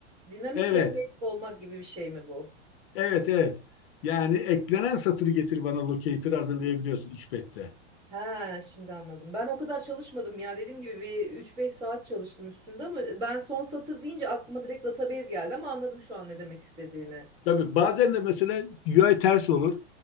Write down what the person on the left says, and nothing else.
evet,
evet, evet. Yani eklenen satırı getir bana locator'ı hazırlayabiliyorsun XPath'te.
Tabii bazen de mesela UI ters olur.